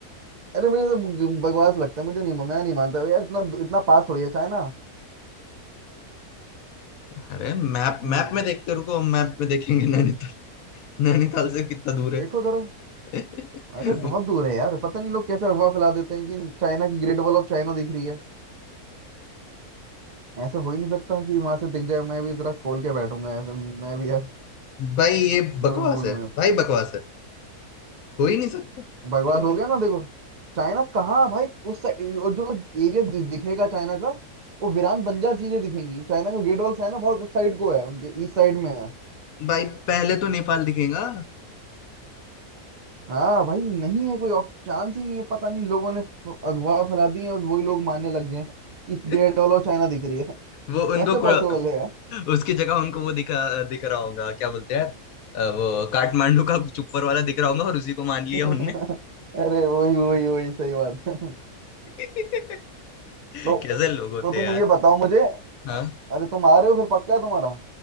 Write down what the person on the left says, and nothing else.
अरे मैप
मैप में देखते रुको हम मैप में देखेंगे नैनीताल नैनीताल से कितना दूर
है
<laughs>
भाई ये बकवास
है
भाई बकवास है हो ही नहीं सकता
हो-
भाई पहले तो नेपाल दिखेगा
<laughs>
वो
उनको कु-
उसकी जगह उनको वो दिखा दिख रहा होगा क्या बोलते हैं यार अ, वो काठमांडू का कुछ ऊपर वाला दिख रहा होगा और उसी को मान
लिया उनने
<laughs>
कैसे लोग होते
हैं यार
हाँ